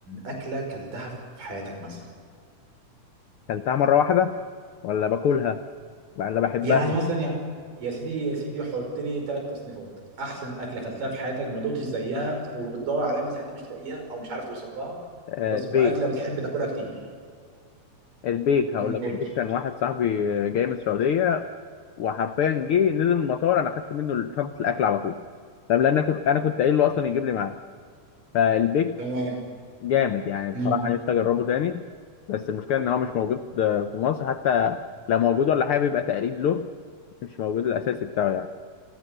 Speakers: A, on the right; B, on the left.
A: اكله كلتها في حياتك مثلا
B: كلتها مره واحده ولا باكلها ولا بحبها
A: يعني مثلا يعني يا سيدي يا سيدي حط لي ثلاث تصنيفات احسن اكله كلتها في حياتك ما دقتش زيها وبتدور عليها من ساعتها مش لاقيها او مش عارف توصل لها
B: آه،
A: خلاص
B: البيك
A: واكله بتحب تاكلها كتير
B: البيك هقول
A: امم
B: لك
A: قول
B: البيك
A: لي.
B: كان واحد صاحبي جاي من السعوديه وحرفيا جه نزل من المطار انا خدت منه شنطه الاكل على طول طب لان انا كنت انا كنت قايل له اصلا يجيب لي معاه فالبيك
A: تمام
B: جامد يعني بصراحه
A: امم
B: نفسي اجربه تاني بس المشكله ان هو مش موجود آه، في مصر حتى لو موجود ولا حاجه بيبقى تقليد له مش موجود الاساسي بتاعه يعني